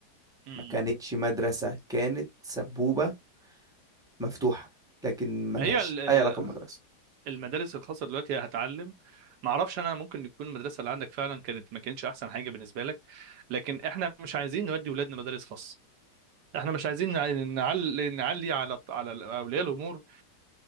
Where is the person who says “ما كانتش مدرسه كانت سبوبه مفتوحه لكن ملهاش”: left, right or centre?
Centre